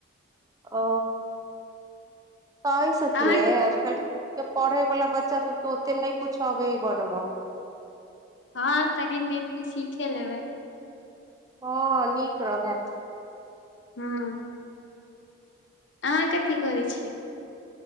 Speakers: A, on the right; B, on the left.
A: ओ। कहि सकी
B: अहाँ
A: ने आजकल। के पढ़ैवला बच्चा सबके ओते नहि किछु अबैऽ बनवऽ।
B: हँ कनी दिनमे सीखे लेबै।
A: हँ नीक रहत।
B: हँ। अहाँ कथी करै छियै।